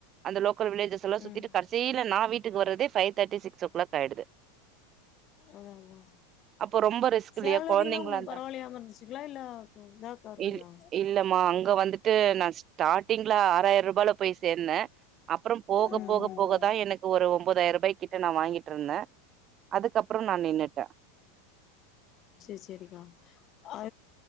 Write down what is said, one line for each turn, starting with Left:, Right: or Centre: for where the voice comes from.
Right: அந்த லொக் கல் வில்லேஜஸ் எல்லா சுத்திட்டு
Left: ம்
Right: கட்சீல நா வீட்டுக்கு வரதே five thirty six o'clock ஆயிடுது
Left: அதா அதா
Right: அப்போ ரொம்ப ரிஸ்க்
Left: சேலரி
Right: இல்யா கொழந்தீங்களாந்தா
Left: எல்லா உங்களுக்கு பரவாயில்லையாம இருந்துச்சுங்களா இல்ல இதாக்கா இருந்ததா
Right: இல்லு இல்லமா அங்கே வந்துட்டூ நா ஸ்டார்ட்டிங்லே ஆறாயர் ரூபால போயி சேந்நே அப்புறம் போக
Left: ம்
Right: போக
Left: ம்
Right: போகதா எனக்கு ஒரு ஒன் போதாயரபா கிட்ட நா வாங்கிட்ருந்த அதுக்கப்ற நா நின்னுட்ட
Left: சரி சரிங்க அ